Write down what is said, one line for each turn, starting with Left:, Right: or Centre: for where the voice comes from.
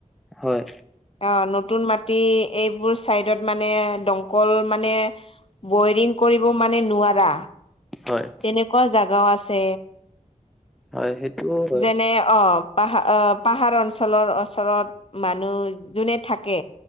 Centre: হয়।
Left: অ নতুন মাটি এইবোৰ চাইডত মানে দমকল মানে। বৈৰিং কৰিব মানে নোৱাৰা।
Centre: হয়।
Left: তেনেকুৱা জাগাও আছে
Centre: হয় সেইটো হয়
Left: যেনে অ, পাহা অ' পাহাৰ অঞ্চলৰ ওচৰত মানুহ যোনে থাকে।